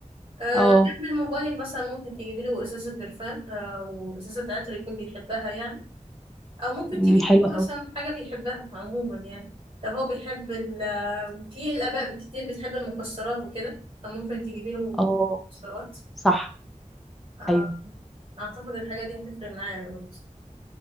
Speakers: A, on the right (about 45°); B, in the centre.
A: آه،
B: اه
A: جنب الموبايل مثلا ممكن تجيبي له ازازة برفان او ازازة عطر يكون بيحبها يعني او ممكن
B: مم،
A: تجيبي
B: حلوه
A: له مثلا
B: قوي
A: حاجة بيحبها عموما يعني لو هو بيحب ال آه، في الاباء كتير بتحب المكسرات وكده فممكن تجيبي له
B: اه
A: مكسرات
B: صح
A: آه،
B: ايوه
A: اعتقد الحاجه دي هتفرق معايا برضه